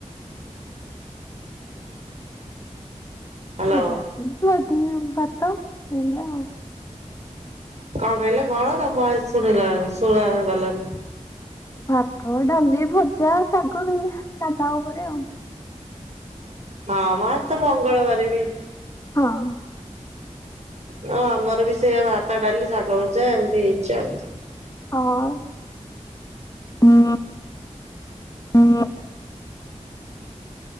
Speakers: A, on the right; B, on the left.
A: ହ୍ୟାଲୋ।
B: ଜାଜ <inaudible> ଭାତ। ଏଇନା ଆଉ।
A: କଣ କହିଲ କଣ ତମ ଭଏସ୍ ସୁୁଣିଲ ସୁଣାଗଲାନି।
B: ଭାତ ଡାଲି ଭଜା ଶାଗ ସାଧା ଉପରେ ଆଉ।
A: ହଁ ମା ତ ମଙ୍ଗଳବାର ବି।
B: ହଁ
A: ହଁ ଆମର ବି ସେ ଭାତ ଡାଲି ଶାଗ ଭଜା ଏମିତି ହେଇଛି ଆଉ।
B: ହଁ ହୁଁ ହୁଁ